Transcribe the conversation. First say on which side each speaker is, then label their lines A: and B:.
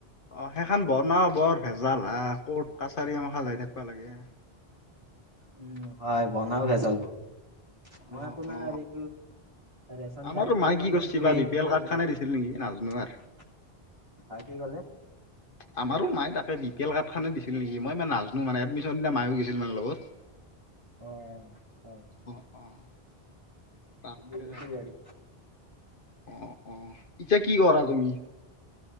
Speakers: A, on the left; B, on the right.
A: অ', সেইখন বনা বৰ ভেজাল হা কত কাছাৰী আমাৰ সাজাই থাকিবা লাগে।
B: উম হয় বনাও ভেজাল বহুত মই
A: অ
B: আপোনাৰ
A: অ
B: এই ৰেচন
A: আমাৰো
B: কাৰ্ড দিয়ে
A: মায়ে
B: মানে
A: কি কৰিছে
B: free
A: বা B P L
B: এডমিশন
A: card খানে দিছিল নেকি নাজানো আৰ।
B: হা কি কলে
A: আমাৰো মায় তাকে বি পি এল কাৰ্ডখনে দিছিল নেকি মই মানে নাজানো মানে এডমিশননা মায়ো গৈছিল মানে লগত
B: অ', হয়।
A: অ', অ', তাকে
B: বুজিছো বাৰু
A: অ', অ', ইতিয়া কি কৰা তুমি?